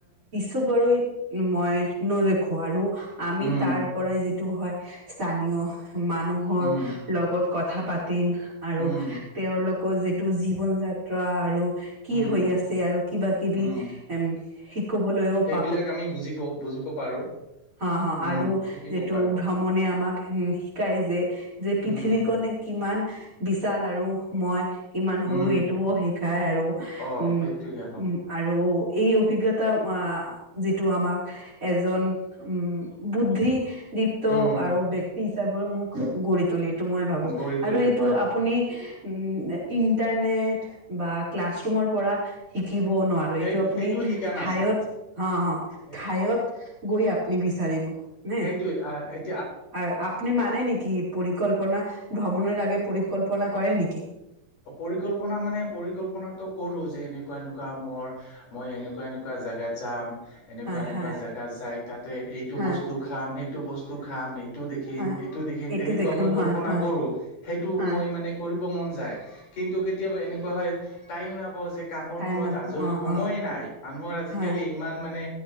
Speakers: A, on the right; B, on the left.
A: বাৰু মই নদেখো আৰু আমি
B: উম
A: তাৰ পৰাই য, হয় স্থানীয় মানুহৰ
B: উম
A: লগত কথা পাতি তিম আৰু
B: উম
A: তেওঁৰলোকৰ যিটো জীৱন যাত্ৰা আৰু কি
B: উম
A: হৈ আছে আৰু কিবা কিবি
B: উম
A: এম শিকবলৈও
B: সেইবিলাক আমি বুজিব বুজিব পাৰো।
A: হ হ
B: উম
A: আৰু
B: শিকিব
A: যিটো
B: পাৰো
A: ভ্ৰমণে আমাক উ শিকাই যে যে পৃথিৱীখন
B: উম
A: কি ইমান বিশাল আৰু মই কিমান সৰু
B: উম
A: এইটোও শিকাই আৰু
B: অ
A: উম
B: সেইটোৱে আৰু
A: উ আৰু, এই অভিজ্ঞতা আ যিটো আমাক এজন উম বুদ্ধি দীপ্ত
B: উম
A: আৰু বি চাবোৰ মোক গঢ়ি তুলি এইটো মই ভাবো
B: গঢ়ি
A: আৰু
B: তোলে
A: এইটো
B: হয়
A: আপুনি উম! ইণ্টাৰনেট বা ক্লাছৰৰুমৰ পৰা শি শিকিব নোৱাৰো
B: সেই
A: এইটো আপুনি
B: সেইটো শিকা নাযায়
A: ঠাইত, হ অ
B: সেইটো
A: ঠাইত গৈ আপুনি বিচাৰিব নে
B: সেইটোৱে আহ
A: আৰু আপুনি মানে নেকি পৰিকল্পনা ভ্ৰমণৰ আগে পৰিকল্পনা কৰে নেকি,
B: পৰিকল্পনা মানে পৰিকল্পনাটো কৰো যে এনেকুৱা এনেকুৱা মৰ মই এনেকুৱা এনেকুৱা জাগাত যাম এনেকুৱা
A: হয়
B: এনেকুৱা
A: হয়
B: জেগা যাই তাতে এইটো
A: হয়
B: বস্তু খাম সেইটো বস্তু খাম এই, এইটো দেখিম
A: হয়
B: সেইটো দেখিম
A: এইটো
B: তেনেকুৱা
A: দেখোন
B: মই কল্পনা
A: হয় হয়
B: কৰো সেইটো
A: হয়
B: মই মানে কৰিব মন যায়। কিন্তু কেতিয়াবা এনেকুৱা হয় টাইম নাপাওঁ যে, কামৰ
A: টাইম
B: সময়ত
A: নাপাওঁ
B: আজৰি
A: অ
B: সময়
A: অ
B: নাই মানুহৰ আজিকালি
A: হয়
B: ইমান মানে,